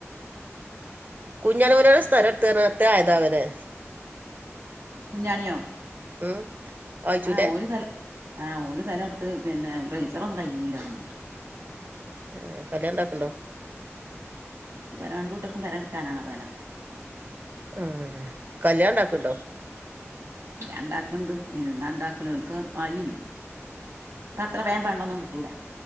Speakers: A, on the right (about 35°); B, on the right (about 75°).
A: കുഞ്ഞാലി ഓല്യേരെ സ്ഥലം എടുത്തുറഞ്ഞു എത്തെ ആയതാവലേ.
B: കുഞ്ഞാണ്യോ.
A: ഉം. ആയിച്ചൂന്റെ
B: ആഹ് ഓല് തെല ആഹ് ഒരു തെലടുത്ത് പിന്നെറൈസർ ഒന്നും കഴഞ്ഞില്ല ഓന്ന്ണ്ട്
A: ആഹ് കല്യാണം ഇണ്ടാക്ക്ണ്ടോ
B: ഇപ്പ രണ്ടൂട്ടർക്കും പെരം എടുക്കാനാണ് തെലം
A: ആഹ് കല്യാണണ്ടാക്ക്ണ്ടോ
B: ല്യാണണ്ടാക്ക്ണ്ട് അയ്നെന്താണ്ടാക്ക്നോല്ക്- ആയില്ലല്ലോ പ്പ അത്രവേം പെണ്ണൊന്നും കിട്ടൂല്ല